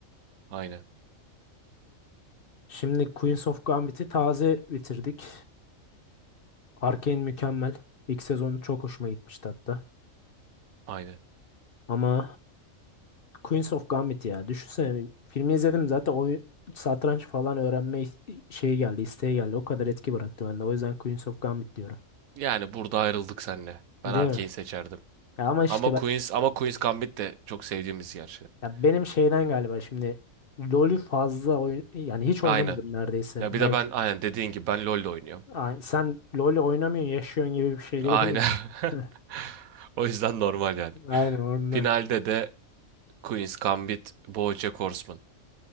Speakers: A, on the right (about 85°); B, on the left (about 45°).
A: Aynen.
B: Şimdi Queens of Gambit'i taze bitirdik. Arcane mükemmel. İlk sezonu çok hoşuma gitmişti hatta.
A: Aynen.
B: Ama Queens of Gambit ya. Düşünsene filmi izledim zaten oyun satranç falan öğrenme is- şeyi geldi, isteği geldi. O kadar etki bıraktı bende. O yüzden Queens of Gambit diyorum.
A: Yani burada ayrıldık seninle. Ben
B: Değil
A: Arcane
B: mi?
A: seçerdim.
B: Ya ama işte
A: Ama
B: ben,
A: Queen's, ama Queen's Gambit de çok sevdiğimiz gerçekten.
B: ya benim şeyden galiba şimdi LoL'ü fazla oyun yani hiç oynamadım
A: Aynen.
B: neredeyse.
A: Ya
B: Belki
A: bir de ben aynen dediğin gibi ben LoL'de oynuyorum.
B: Ay, sen LoL oynamıyorsun, yaşıyorsun gibi bir şey diyebilirim.
A: Aynen. <laughs>
B: <laughs>
A: O yüzden normal yani.
B: Aynen oradan.
A: Finalde de Queen's Gambit, BoJack Horseman.